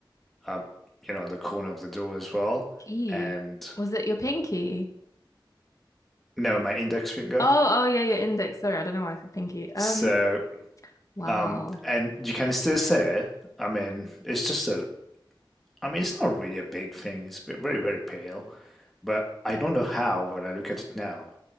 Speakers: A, in the centre; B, on the left.
A: up, you know, on the corner of the door as well,
B: E.
A: and
B: Was it your pinky?
A: no, my index finger.
B: Oh, oh yeah, your index. Sorry, I don't know why I said pinky. Um,
A: So
B: wow.
A: Um, and you can still see it. I mean, it's just a, I mean, it's not really a big thing. It's very, very pale. But I don't know how, when I look at it now,